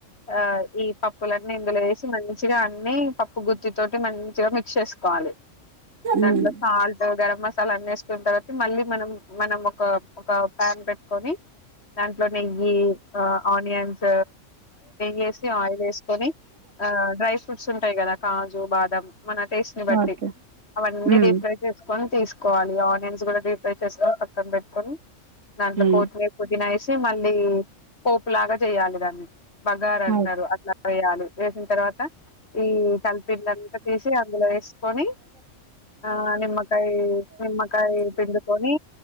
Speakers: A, on the left; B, on the right.
A: ఆ ఈ పప్పులన్నీ ఇందులో వేసి మంచిగా అన్ని పప్పు గుత్ది తోటి మంచిగా మిక్స్ చేసుకోవాలి. దాంట్లో
B: ఉమ్,
A: సాల్ట్ గరం మసాలా చలా అ తర్వాత మళ్ళీ మనం మనం ఒక ఒక ప్యాన్ పెట్టుకొని దాంట్లో నెయ్యి ఆనియన్స్ చేేసి ఆయిల్ వేసుకొని ఆ డ్రై ఫ్రూట్స్ ఉంటాయి కదా కాజు బాదం మన టేస్ట్ ని బట్టి
B: ఓకే
A: అవన్నీ
B: ఉమ్,
A: డీప్ ఫ్రై చేసుకొని తీసుకు కోవాలి న్స్ కూడా డీ ఫ్రై చేస్కొని పక్కన పెట్టుకొని దాంట్లో
B: ఉమ్,
A: కోటమెరా పుదినా వేసే మళ్ళీ పోపులాగా చేయాలి దాన్ని బగార అంటారు
B: ఓ-
A: అట్లా చేయాలి వేసిన తర్వాత ఈ కలిపిడ్లంతా తీసి అందులో వేసుకొని ఆ నిమ్మకాయ నిమ్మకా పిండుకొని